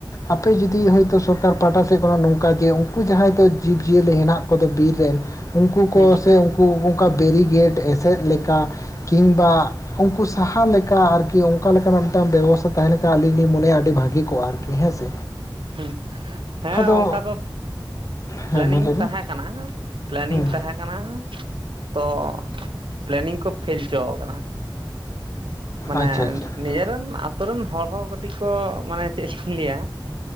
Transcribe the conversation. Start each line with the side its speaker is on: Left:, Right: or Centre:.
Left: ᱟᱯᱮ ᱡᱩᱫᱤ ᱦᱚᱭᱛᱳ ᱥᱚᱨᱠᱟᱨ ᱯᱟᱦᱴᱟ ᱥᱮᱫ ᱠᱷᱚ ᱱᱚᱝᱠᱟ ᱡᱮ ᱩᱱᱠᱩ ᱡᱟᱦᱟᱸᱭ ᱫᱚ ᱡᱤᱵᱽ-ᱡᱤᱭᱟᱹᱞᱤ ᱢᱮᱱᱟᱜᱮ ᱠᱚᱫᱚ ᱵᱤᱨ ᱨᱮᱱ ᱩᱱᱠᱩ
Right: ᱦᱮᱸ
Left: ᱠᱚ ᱥᱮ ᱠᱚ ᱚᱱᱠᱟ ᱵᱮᱨᱤᱜᱮᱴ ᱮᱥᱮᱫ ᱞᱮᱠᱟ ᱠᱤᱝᱵᱟ ᱩᱱᱠᱩ ᱥᱟᱦᱟ ᱞᱮᱠ, ᱠᱟ ᱟᱨᱠᱤ ᱚᱱᱠᱟ ᱞᱮᱠᱟᱱᱟᱜ ᱢᱤᱫᱴᱟᱝ ᱵᱮᱵᱚᱥᱛᱟᱷᱟ ᱛᱟᱦᱮ ᱞᱮᱱᱠᱷᱟᱱ ᱟᱞᱤᱧ ᱞᱤᱧ ᱢᱚᱱᱮᱭᱟ ᱟᱹᱰᱤ ᱵᱷᱟᱹᱜᱤ ᱠᱚᱜ-ᱟ ᱟᱨᱠᱤ ᱦᱮᱸ ᱥᱮ᱾
Right: ᱦᱩᱸ ᱦᱮᱸ
Left: ᱟᱫᱚ
Right: ᱚᱝᱠᱟ ᱫᱚ
Left: ᱦᱮᱸ
Right: ᱯᱞᱮᱱᱤᱝ
Left: ᱢᱟ ᱞᱟᱹᱭ ᱢᱮ
Right: ᱛᱟᱦᱮᱸ ᱠᱟᱱᱟ ᱯᱞᱮᱱᱤᱝ
Left: ᱦᱩᱸ
Right: ᱛᱟᱦᱮᱸ ᱠᱟᱱᱟ ᱛᱚ ᱯᱞᱮᱱᱤᱝ ᱠᱚ ᱯᱷᱮᱞ ᱦᱚᱪᱚ ᱟᱠᱟᱫᱟ᱾ ᱢᱟᱱᱮ
Left: ᱟᱪᱪᱷᱟ ᱟᱪᱪᱷᱟ
Right: ᱱᱤᱡᱮᱨᱮᱱ ᱟᱛᱳ ᱨᱮᱱ ᱦᱚᱲ ᱦᱚᱸ ᱠᱟᱹᱴᱤᱡ ᱠᱚ ᱢᱟᱱᱮ ᱪᱮᱫ ᱞᱤᱧ ᱞᱟᱹᱭ-ᱟ,